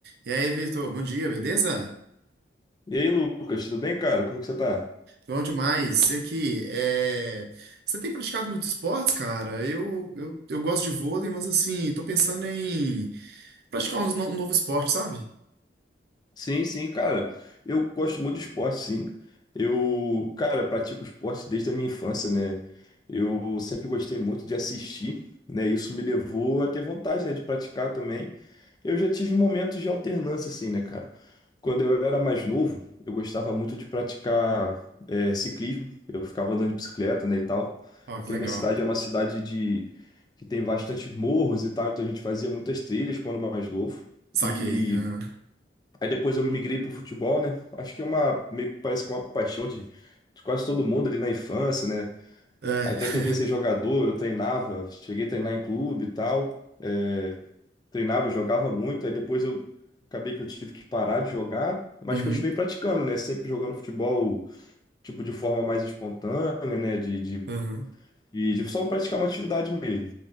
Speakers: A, on the right; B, on the left.
A: E aí, Vitor, bom dia, beleza?
B: E aí, Lucas, tudo bem, cara? Como que você tá?
A: Bom demais. Você que é... Você tem praticado muitos esportes, cara? Eu, eu, eu gosto de vôlei, mas assim, tô pensando em praticar uns no- um novo esporte, sabe?
B: Sim, sim, cara. Eu gosto muito de esporte, sim. Eu, cara, pratico esporte desde a minha infância, né? Eu sempre gostei muito de assistir, né? Isso me levou a ter vontade, né, de praticar também. Eu já tive momentos de alternância, assim, né, cara? Quando eu era mais novo, eu gostava muito de praticar é, ciclismo. Eu ficava andando de bicicleta, né, e tal.
A: Ó,
B: Aqui
A: que legal.
B: na minha cidade é uma cidade de que tem bastantes morros e tal, então a gente fazia muitas trilhas quando mais novo.
A: Saquei.
B: E
A: aham.
B: Aí depois eu migrei pro futebol, né? Acho que é uma, meio que parece que é uma paixão de, de quase todo mundo ali na infância, né?
A: É.
B: Até
A: <laughs>
B: tentei ser jogador, eu treinava, cheguei a treinar em clube e tal. é, treinava, jogava muito, aí depois eu acabei que eu tive que parar de jogar, mas
A: Uhum.
B: continuei praticando, né? Sempre jogando futebol, tipo, de forma mais espontânea, né? De, de,
A: Uhum.
B: e de só praticar uma atividade mesmo,